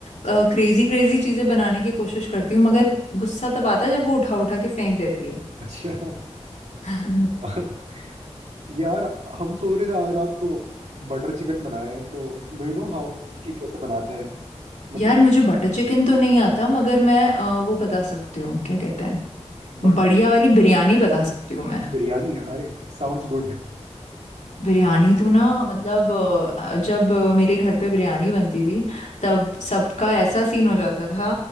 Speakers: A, on the left; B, on the right.
A: क्रेजी क्रेजी चीजें बनाने की कोशिश करती हूँ मगर गुस्सा तब आता है जब वो उठा उठा के फेंक देती है
B: अच्छा
A: <laughs> हम्म
B: <laughs> यार हम सोच रहे थे आज रात को बटर चिकन बनाए तो डू यू नो हाउ कि कैसे बनाते हैं मतलब
A: यार मुझे बटर चिकन तो नहीं आता मगर मैं अ, वो बता सकती हूँ क्या कहते हैं
B: बट
A: बढ़िया वाली बिरयानी बता सकती हूँ मैं
B: बिरयानी अरे साउंड्स गुड
A: बिरयानी तो ना मतलब अ, जब मेरे घर पे बिरयानी बनती थी तब सबका ऐसा सीन हो जाता था